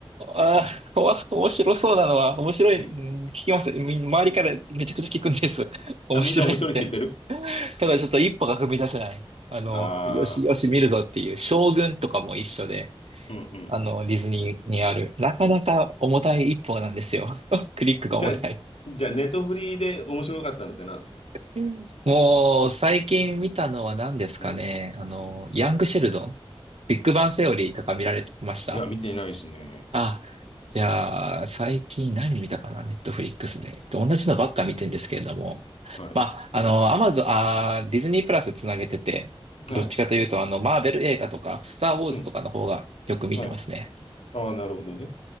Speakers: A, on the right; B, on the left.
A: ああ、わ面白そうなのは、面白い、
B: うん。
A: うん聞きます。み周りからめちゃくちゃ聞くんです。<laughs> 面白いって。
B: あ、みんな面白いって言ってる
A: ただちょっと一歩が踏み出せない。あの、
B: ああ
A: よしよし見るぞっていう、将軍とかも一緒で、
B: ー、うん
A: あの、ディズニーにある、なかなか重たい一歩なんですよ。<laughs> クリックが重たい。
B: うん。<laughs> じゃあ、じゃあ、ネットフリで面白かったのって何ですか
A: うんもう、最近見たのは何ですかね。
B: うん。
A: あの、ヤングシェルドン、ビッグバンセオリーとか見られました
B: いや、見てないですね。
A: あ、じゃあ、最近何見たかな、ネットフリックスで。同じのばっか見てんですけれども、
B: はい。
A: まあ、あの、アマゾン、あー、ディズニープラスつなげてて、
B: はい。
A: どっちかというと、あの、マーベル映画とか、スター・ウォーズとかの方がよく見てますね。
B: うん。はい。ああ、なるほどね。